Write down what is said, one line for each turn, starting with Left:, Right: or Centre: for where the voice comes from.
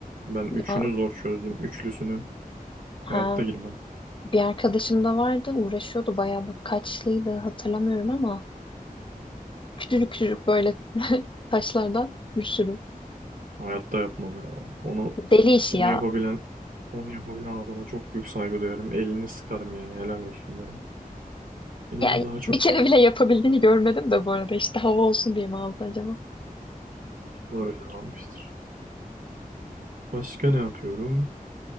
Right: Ben üçünü
Left: Ya,
Right: zor çözdüm. Üçlüsünü hayatta
Left: ha.
Right: girmem.
Left: Bir arkadaşım da vardı uğraşıyordu bayağı bu kaçlıydı hatırlamıyorum ama küçücük küçücük böyle <laughs> taşlardan bir sürü.
Right: Hayatta yapmam ya. Onu
Left: Deli işi
Right: onu
Left: ya.
Right: yapabilen onu yapabilen adama çok büyük saygı duyarım. Elini sıkarım yani helal olsun derim. Benim
Left: Ya
Right: daha çok
Left: bir kere bile yapabildiğini görmedim de bu arada işte hava olsun diye mi aldı acaba?
Right: gitme o yüzden almıştır. Başka ne yapıyorum?